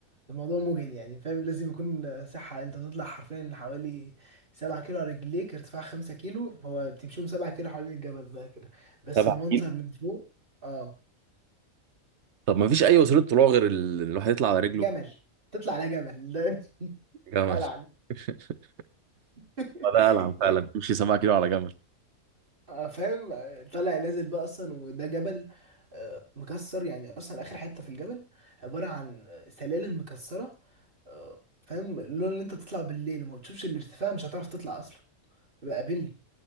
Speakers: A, on the right; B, on the right.
A: الموضوع مجهد يعني فاهم لازم يكون صحة انت بتطلع حرفيا حوالي سبعة كيلو على رجليك ارتفاع خمسة كيلو فهو بتمشيهم سبعة كيلو حوالين الجبل بقى كده بس
B: سبع
A: المنظر
B: كيلو
A: من فوق اه
B: طب ما فيش اي وسيله طلوع غير ال- الواحد يطلع على رجله
A: جمل تطلع على جبل ده
B: جمل
A: <laughs> ألعن
B: <laughs>
A: <laughs>
B: آه، ده العن فعلا تمشي 7 كيلو على جمل
A: آه، فاهم آه، طالع نازل بقى اصلا وده جبل آه، مكسر يعني اصلا اخر حتة في الجبل عبارة عن سلالم مكسرة آه، فاهم اللون اللي انت بتطلع بالليل وما بتشوفش الارتفاع مش هتعرف تطلع اصلا يبقى قابلني